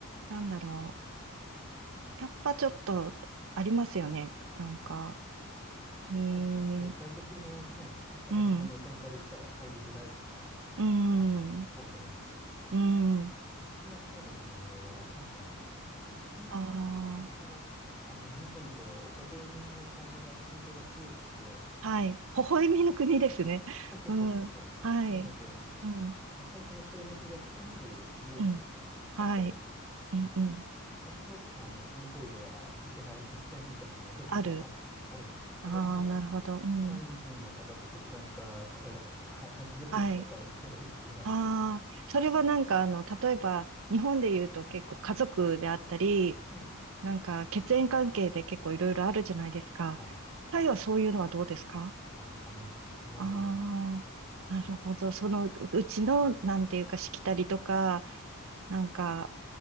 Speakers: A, on the right; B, in the centre.
A: なんだろう。やっぱちょっとありますよね。なんか、うーん、
B: まあ、そう、外国のね、方の目線から言ったら入りづらいとか、
A: うん、うーん、
B: あの、
A: う
B: あると思うんですよ。
A: ーん、
B: まあそれはタイでも同様かもしれないですね。で、逆にタイの場合は、
A: ああー。
B: その、あの、ニコニコ、微笑みの感じが、印象が強くて、
A: はい。微笑みの国ですね。
B: そうそうそうそうそう。
A: うん。はい。
B: なので、
A: うん。
B: あの、最初の障壁が少なく見えるんですね。
A: うん。
B: パッと見。
A: はい。うん。うん。
B: だけど、まあ、あの、踏み越えてはいけない一線みたいのがどうしてもあ、
A: ある。
B: あるんですね。
A: ああ、
B: それは、あの、
A: なるほど。うん。
B: タイ人の方と結婚した方々から <laughs> よく聞かされています。
A: はい。ああ、それはなんか、あの、例えば、日本で言うと結構家族であったり、
B: うん。
A: なんか血縁関係で結構いろいろあるじゃないですか。
B: はい。はい。
A: タイはそういうのはどうですか
B: あ、ありますね。濃厚です。
A: ああー、なるほど。そのうちの、なんていうか、しきたりとか、なんか、